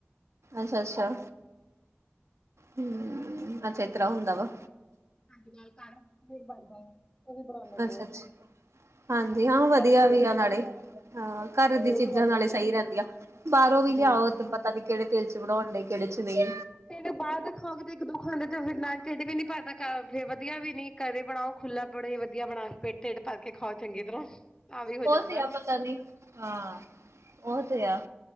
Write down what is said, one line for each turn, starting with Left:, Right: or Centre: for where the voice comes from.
Right: ਅੱਛਾ-ਅੱਛਾ। ਹੂੰ, ਅੱਛਾ ਏਤਰਾ ਹੁੰਦਾ ਵਾ।
Left: ਹਾਂਜੀ, ਸਾਰਾ ਕੁਛ ਫੇਰ ਬਨਦਾ ਏ ਓਹ ਬਣਾ ਲੈਂਦੇ
Right: ਅੱਛਾ
Left: ਆ।
Right: ਅੱਛਾ ਹਾਂਜੀ, ਹਾਂ
Left: ਉਹ
Right: ਵਧੀਆ
Left: ਬਹੁਤ
Right: ਵੀ ਆ
Left: ਬਣਦਾ
Right: ਨਾਲੇ
Left: ਹੈ।
Right: ਹਾਂ ਘਰ
Left: ਹਾਂਜੀ
Right: ਦੀ
Left: ਉਹ
Right: ਚੀਜ਼ਾਂ
Left: ਵੀ ਬਹੁਤ
Right: ਨਾਲੇ
Left: ਵਧੀਆ
Right: ਸਹੀ ਰੇਂਦੀਆਂ। ਬਾਹਰੋਂ ਵੀ ਲਿਆਓ
Left: ਹੂੰ।
Right: ਪਤਾ ਨਹੀਂ ਕਿਹੜੇ ਤੇਲ ਚ ਬਣਾਉਣ ਲਈ ਕਿਹੜੇ ਚ ਨਈ।
Left: ਤੇਨੂੰ ਬਾਹਰ ਦਾ ਖਾਓਗੇ ਤੇ ਇੱਕ ਦੋ ਖਾਂਦੇ ਤੇ ਫਿਰ ਟੀਡ ਵੀ ਨੀ ਪਰਦਾ ਖਾਓਗੇ ਵਧੀਆ ਵੀ ਨੀ ਘਰੇ ਬਣਾਓ। ਖੁੱਲਾ ਬਨੇ, ਵਧੀਆ ਬਣਾ ਕੇ ਫੇਰ ਟੇਡ ਭਰ ਕੇ ਖਾਓ ਚੰਗੀ ਤਰ੍ਹਾਂ ਆ ਵੀ ਹੋ
Right: ਉਹ
Left: ਜਾਂਦਾ
Right: ਤੇ ਆ
Left: ਹਨਾ।
Right: ਪਤਾ ਹਾਂ ਓਹ ਤੇ ਆ,